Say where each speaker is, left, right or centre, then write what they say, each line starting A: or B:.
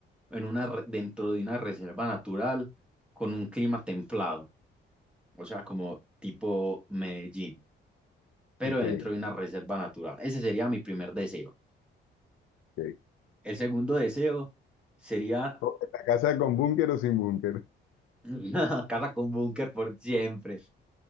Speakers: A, in the centre; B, on the left.
A: en una, re- dentro de una reserva natural, con un clima templado. o sea, como tipo Medellín, pero
B: Ok,
A: dentro de una reserva natural. Ese sería mi primer deseo.
B: ok.
A: El segundo deseo sería
B: Co- ¿La casa con búnker o sin búnker?
A: <laughs> una casa con búnker por siempre.